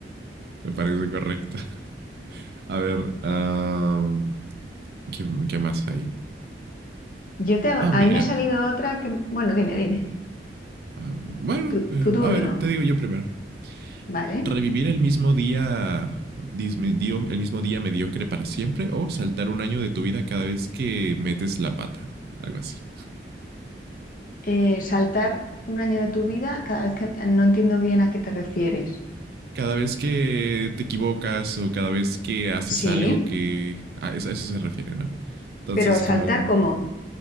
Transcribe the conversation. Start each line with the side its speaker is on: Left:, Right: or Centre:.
Right: Me parece correcto. <laughs> A ver, am, ¿qué, qué más hay?
Left: Yo te, a
Right: Ah, mira.
Left: mí me ha salido otra que, bueno, dime, dime,
Right: Am, bueno,
Left: tu,
Right: eh,
Left: tu turno,
Right: a ver, te digo yo primero.
Left: ¿vale?
Right: ¿Revivir el mismo día, dis- me- dio- el mismo día mediocre para siempre o saltar un año de tu vida cada vez que metes la pata? Algo así.
Left: Eh, saltar un año de tu vida, cada vez que no entiendo bien a qué te refieres.
Right: Cada vez que te equivocas o cada vez que haces
Left: Sí,
Right: algo que a eso, a eso se refiere, ¿no? Entonces,
Left: pero saltar
Right: como
Left: como